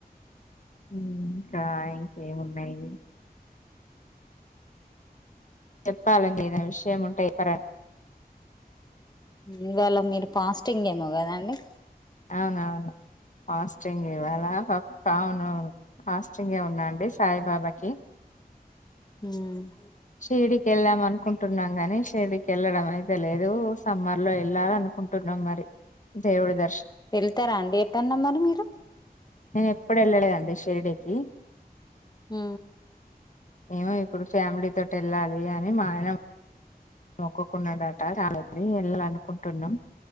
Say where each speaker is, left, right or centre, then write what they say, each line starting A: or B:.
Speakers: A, on the left (about 50°); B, on the left (about 25°).
A: ఉమ్ ఇంకా ఇంకేమున్నాయి చెప్పాలి అండి ఏదైనా విషయంముంటె చెప్పరాదు
B: ఇవాళ మీరు ఫాస్టింగ్ ఏమో కదాండి
A: అవునవును ఫాస్ట్ంగ్ ఇవాల అవును ఫాస్ ఫాస్టింగ్ ఏ ఉన్నాండి సాయిబాబాకి
B: మ్
A: షిరిడి కి వెళ్ళాం అనుకుంటున్నాం గాని షిర్డికి వెళ్ళడం అయితే లేదు సమ్మర్ లో వెళ్ళాలనుకుంటున్నాం మరి దేవుడి ద
B: వెళ్తారా అండి ఎటన్నా మరి మీరు
A: నేనెప్పుడు వెళ్ళలేదండి షిరిడి కి
B: మ్
A: ఏమో ఎప్పుడు ఫ్యామిలీ తోటి వెళ్ళాలి అని మా ఆయన మొక్కుకున్నాడట రాలని వెళ్ళ అనుకుంటున్నాం